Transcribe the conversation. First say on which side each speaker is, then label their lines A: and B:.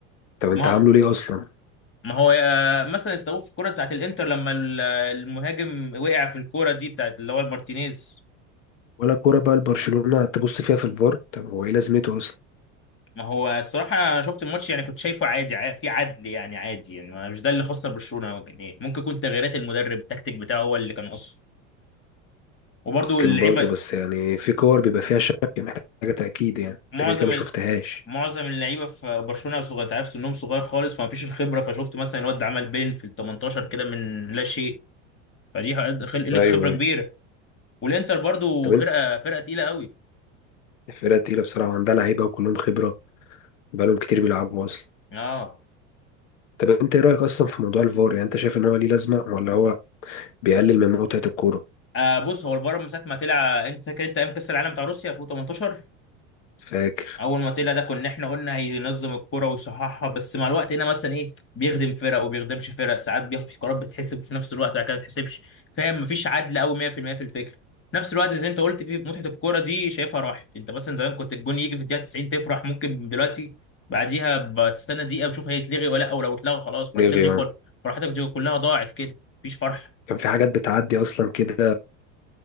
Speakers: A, on the left; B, on the left.
A: طب
B: ما
A: انت
B: هو
A: عامله ليه اصلا
B: ما هو يا- مثلا استوقف في الكوره بتاعت الانتر لما ال- المهاجم وقع في الكوره دي بتاعت اللي هو المارتينيز
A: ولا كورة بقى لبرشلونة تبص فيها في الفار طب هو ايه لازمته اصلا
B: ما هو الصراحه أنا شفت الماتش يعني كنت شايفه عادي ع- في عدل يعني عادي يعني ما- مش ده اللي خسر برشلونه يعني ممكن يكون تغييرات المدرب التكتيك بتاعه هو اللي كان قصه وبرده اللعيبه
A: ممكن برضه بس يعني في كور بيبقى فيها شك محتاجة تأكيد يعني انت
B: معظم
A: كده كده ما شفتهاش
B: معظم اللعيبه في برشلونه صغير تعرف سنهم صغير خالص فمفيش الخبره فشفت مثلا الواد ده عمل بين في ال 18 كده من لا شيء فدي حقد- خل- قله
A: ايوه
B: خبره
A: ايوه
B: كبيره والانتر برضو
A: طب
B: فرقه
A: انت
B: فرقه تقيله قوي
A: الفرقة تقيلة بصراحة وعندها لعيبة وكلهم خبرة بقالهم كتير بيلعبوا اصلا
B: اه
A: طب انت ايه رأيك اصلا في موضوع الفار يعني انت شايف ان هو ليه لازمة ولا هو بيقلل من متعة الكورة
B: آه بص هو الفار من ساعه ما طلع انت فاكر انت ايام كاس العالم بتاع روسيا في 18
A: فاكر
B: اول ما طلع ده كنا احنا قلنا هينظم الكرة ويصححها بس مع الوقت هنا مثلا ايه بيخدم فرق وبيخدمش فرق ساعات بياخد في قرارات بتحسب في نفس الوقت بعد كده ما بتحسبش فاهم مفيش عدل قوي 100% في المية في الفكره في نفس الوقت زي انت قلت في متعه الكوره دي شايفها راحت انت مثلا زمان كنت الجون يجي في الدقيقه 90 تفرح ممكن دلوقتي بعديها بتستنى دقيقه بتشوف هيتلغي ولا لا ولو اتلغى خلاص فرحتك
A: ليه
B: دي كل
A: اه
B: فرحتك دي كلها ضاعت كده مفيش فرحه
A: كان في حاجات بتعدي اصلا كده